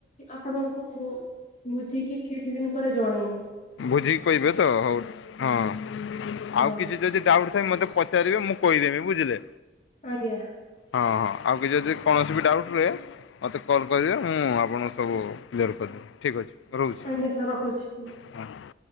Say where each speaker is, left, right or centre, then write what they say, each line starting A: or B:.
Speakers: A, on the left (about 40°); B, on the left (about 80°).
A: ଆପଣୁଙ୍କୁ ବୁଝିକି କିଛି ଦିନ ପରେ ଜଣେଇମୀ।
B: ବୁଝିକି କହିବେ ତ ହଉ ହଁ
A: ହଁ
B: ଆଉ କିଛି ଯଦି ଡାଉଟ୍ ଥାଏ ମତେ ପ ପଚାରିବେ ମୁଁ କହିଦେବି ବୁଝିଲେ।
A: ଆଜ୍ଞା।
B: ହଁ ହଁ ଆଉ କି ଯଦି କୌଣସି ବି ଡାଉଟ୍ ରୁହେ ମୋତେ କଲ୍ କରିବେ ମୁଁ ଆପଣଙ୍କୁ ସବୁ କ୍ଲିୟର କରିଦେବି ଠିକ୍ ଅଛି। ରହୁଛି।
A: ଆଜ୍ଞା ସାର୍ ରଖୁଛି ହୁଁ।
B: <inaudible>